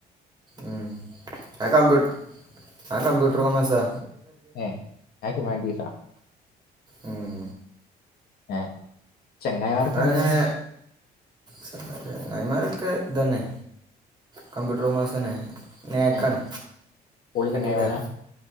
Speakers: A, on the right; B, on the left.
A: ഉം ഞാൻ കമ്പ്യൂ അവൻ കമ്പ്യൂട്ടർ കൊമേഴ്‌സാ
B: ഏഹ് ഞാൻ ഹ്യുമാനിറ്റിസാ
A: ഉം
B: ഏഹ് ചങ്ങായിമാർ പ്പങ്ങനെ
A: അതങ്ങനെ ചങ്ങായിമാരൊക്കെ ഇതന്നെ കമ്പ്യൂട്ടർ കോമേസ് തന്നെ നേക്കാണ്
B: ഏ പൊളി ചങ്ങായിമാരാ
A: അടിപൊളിയാ